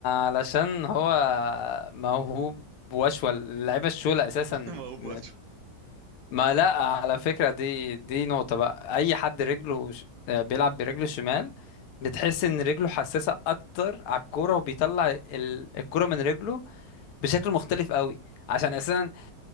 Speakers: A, on the left; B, on the right.
A: علشان هو موهوب وشوى اللعيبه الشولة اساسا
B: <laughs> ما هو
A: م-
B: باتشو
A: ما لا على فكره دي دي نقطه بقى اي حد رجله ش- آه، بيلعب برجله الشمال بتحس ان رجله حساسه اكتر على الكوره وبيطلع ال- الكوره من رجله بشكل مختلف قوي عشان اساسا